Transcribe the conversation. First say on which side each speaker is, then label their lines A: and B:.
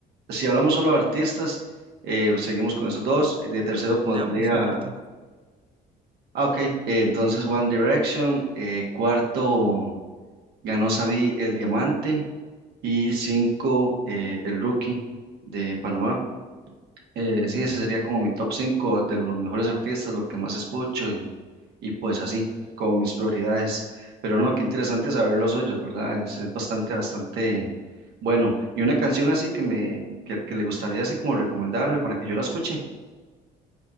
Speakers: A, on the right (about 75°); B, on the right (about 30°).
A: Si hablamos solo de artistas, eh, seguimos con esos dos. Eh, De tercero pondría.
B: De ambos, no importa.
A: Ah, ok. eh, entonces One Direction. eh, cuarto ganó Sabi el Diamante. Y cinco eh, el Rookie de Panamá. Eh, sí, ese sería como mi top 5 de los mejores artistas, lo que más escucho y, y pues así, como mis prioridades. Pero no, qué interesante saber los hoyos, ¿verdad? Es, es bastante, bastante bueno. Y una canción así que me, que, que le gustaría así como recomendarme para que yo la escuche.